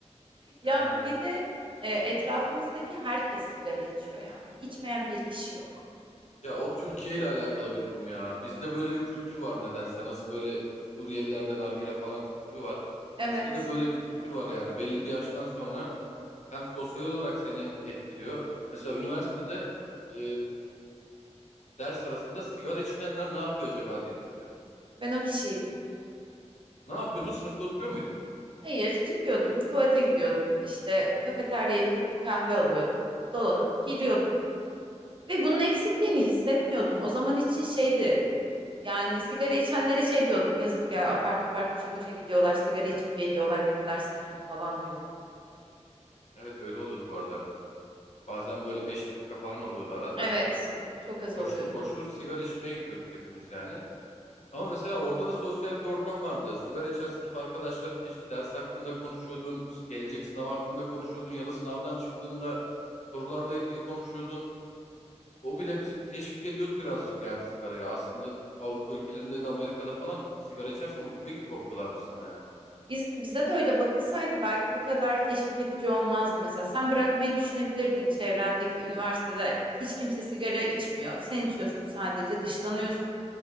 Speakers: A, on the right (about 45°); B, on the left (about 75°).
A: Ya
B: Yani evet.
A: bir de e, etrafımızdaki herkes sigara içiyor ya. Hani içmeyen bir kişi yok.
B: Ya o Türkiye ile alakalı bir durum ya. Bizde böyle bir kültür var nedense. Nasıl böyle Suriyelilerde nargile falan kültürü var.
A: Evet.
B: Bizde de böyle bir kültür var yani. Belli bir yaştan sonra hem sosyal olarak seni etkiliyor. Mesela üniversitede e, ders arasında sigara içmeyenler ne yapıyor acaba diye düşünüyordum.
A: Ben o kişiydim.
B: Ne yapıyordu? Sınıfta oturuyor muydun?
A: Hayır, çıkıyordum, tuvalete gidiyordum, işte kafeteryaya gidip bir kahve alıyordum, dolanıp giriyordum. Ve bunun eksikliğini hissetmiyordum. O zaman için şeydi, yani sigara içenlere şey diyordum, yazık ya apar topar koşa koşa gidiyorlar, sigara içip geliyorlar, ne kadar saçma falan diyordum.
B: Evet öyle oluyordu bu arada. Bazen böyle 5 dakika falan oluyordu ara
A: Evet,
B: ders arası.
A: çok az
B: Koştur
A: oluyordu.
B: koştur sigara içmeye gidiyorduk hepimiz yani. Ama mesela orada da sosyal bir ortam vardı. Sigara içen sınıf arkadaşlarınla işte ders hakkında konuşuyordun, gelecek sınav hakkında konuşuyordun ya da sınavdan çıktığında sorularla ilgili konuşuyordun. O bile bizi teşvik ediyordu birazcık yani sigaraya. Aslında Avrupa ülkelerinde de Amerika'da falan sigara içersen ucube gibi bakıyorlarmış sana yani.
A: Biz, bize de öyle bakılsaydı belki bu kadar teşvik edici olmazdı mesela. Sen bırakmayı düşünebilirdin çevrendeki üniversitede hiç kimse sigara içmiyor. Sen içiyorsun sadece dışlanıyorsun.